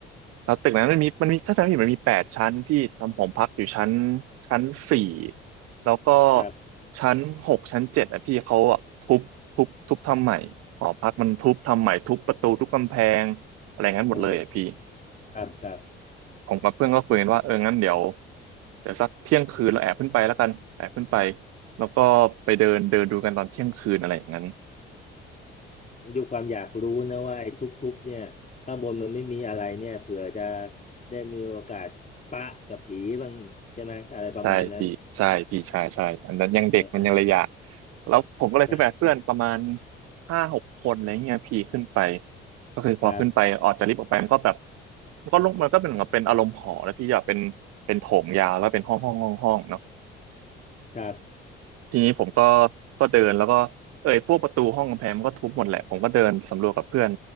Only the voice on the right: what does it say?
แล้วตึกนั้นมันมีมันมีถ้าจำไม่ผิดมันมีแปดชั้นพี่ทำผมพักอยู่ชั้นชั้นสี่แล้วก็
ชั้นหกชั้นเจ็ดอ่ะพี่เขาอะทุบทุบทุบทำใหม่หอพักมันทุบทำใหม่ทุบประตูทุบกำแพงอะไรงั้นหมดเลยอ่ะพี่
ผมกับเพื่อนก็คุยกันว่าเอองั้นเดี๋ยวเดี๋ยวสักเที่ยงคืนเราแอบขึ้นไปแล้วกันแอบขึ้นไปแล้วก็ไปเดินเดินดูกันตอนเที่ยงคืนอะไรอย่างนั้น
ใช่พี่ใช่พี่ใช่ใช่อันนั้นยังเด็กมันยังระยะ
แล้วผมก็เลยขึ้นไปกับเพื่อนประมาณ
ห้าหกคนอะไรเงี้ยพี่ขึ้นไปก็คือพอขึ้นไปออกจากลิฟต์ออกไปมันก็แบบ
มันก็ลงมันก็เป็นเหมือนกับเป็นอารมณ์หอแล้วพี่อยากเป็นเป็นโถงยาวแล้วเป็นห้องห้องห้องห้องเนาะ
ทีนี้ผมก็ก็เดินแล้วก็เอ้ยพวกประตูห้องกำแพงมันก็ทุบหมดแหละผมก็เดินสำรวจกับเพื่อน